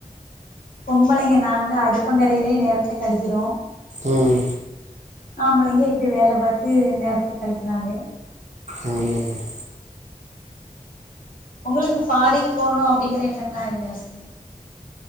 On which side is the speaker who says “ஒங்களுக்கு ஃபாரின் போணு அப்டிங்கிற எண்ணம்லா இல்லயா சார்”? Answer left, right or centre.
Left